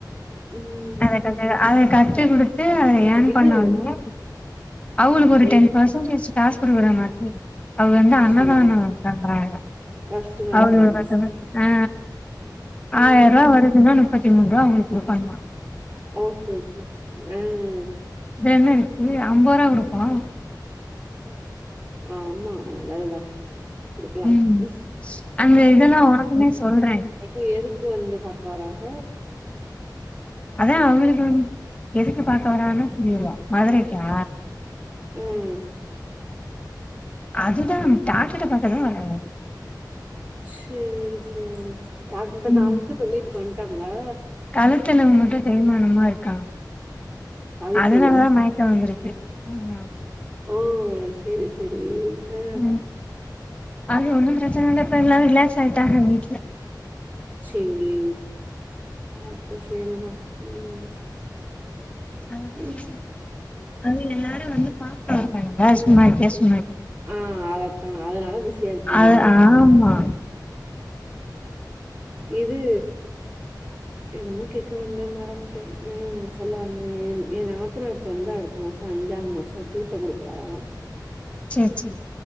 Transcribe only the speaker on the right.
உண்மாலுமேதே
இது
எ
சேரி
ட்ரஸ்ட் நடத்துறாங்க
ம்
ஓகே ஓகே ம்
ஆமா நல்லதுதா குடுக்கலா
<unintelligible>
இப்ப எதுக்கு வந்து பாக்க வராக
ம்
சரி சரி டாக்டர்கிட்ட
காமிச்சுட்டு இப்ப வீட்டுக்கு வந்துட்டாங்களா
அழுத்த
எலும்பு
ஓ சேரி சேரி ஆ
சேரி அப்ப சேரிதா ம்
ம்.
ஆ அதத்தா அதனால பிஸியா இருக்கீங்க
நீங்க
இது என்னமோ கேக்க வந்த மறந்துட்ட ம் சொல்ல வந்த ஏனா ஆப் நாத்தினாருக்கு வந்து அடுத்த மாச அஞ்சாவது மாச தீர்த்த கொடுக்குறாங்களா